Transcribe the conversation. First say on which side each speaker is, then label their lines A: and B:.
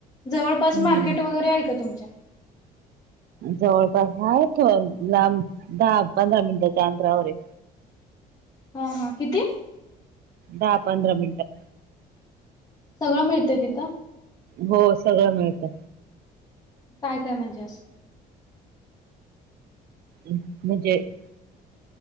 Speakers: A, on the left; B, on the right.
A: जवळपास
B: हम्म
A: मार्केट वगैरे आहे का तुमच्या?
B: जवळपास आहे लांब दहा-पंधरा मिनिटाच्या अंतरावर आहे.
A: हा हा, किती?
B: दहा-पंधरा मिनटं.
A: सगळं मिळतय तिथं.
B: हो सगळं मिळतं.
A: काय काय म्हणजे असं?
B: म्हणजे, <inaudible>